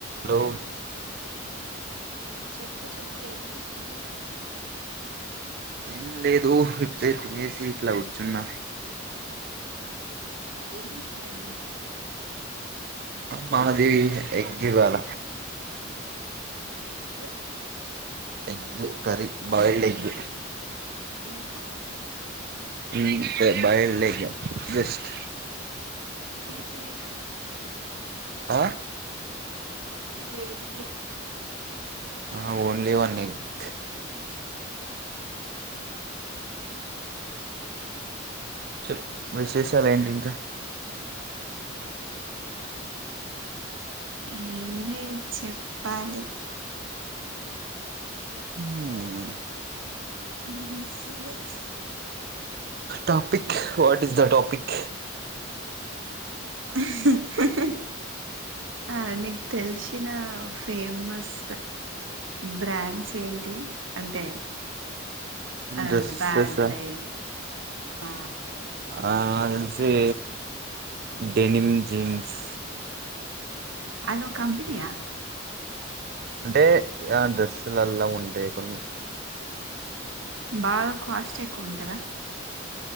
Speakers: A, on the right; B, on the right.
A: Hello
B: <inaudible> చెప్పు చెప్పు ఏం చేస్తున్నావ్
A: ఏం లేదు ఇప్పుడే తినేసి ఇట్లా కూర్చున్నా
B: ఏం కరీ
A: మాది ఎగ్ ఇవాళ
B: egg
A: egg curry boiled egg
B: ఇంకా
A: ఇంతే బాయిల్డ్ ఎగ్గే బెస్ట్
B: ఉత్తి ఎగ్ ఫ్రై ఏనా
A: అ!
B: ఒక ఎగ్ ఏనా
A: అహా ఓన్లీ వన్ ఎగ్ చెప్ విశేషాలు ఏంటి ఇంకా
B: ఏమ్ లేవ్ చెప్పాలి
A: మ్మ్మ్
B: నువ్వే some where's
A: topic what is the topic
B: <unintelligible> ఆ నీకు తెలిసిన ఫేమస్ బ్రాండ్స్ ఏంటి అంటే అ
A: డ్రెస్సెస్
B: బాబిలే
A: ఆ
B: ఆ
A: ఆ.. తెలిసి డెనిమ్ జేమ్స్
B: అదో కంపెనీయా
A: అంటే ఆ డ్రెస్సులల్లా ఉంటాయి కొన్ని
B: బాగా కాస్ట్ ఎక్కువ ఉంటద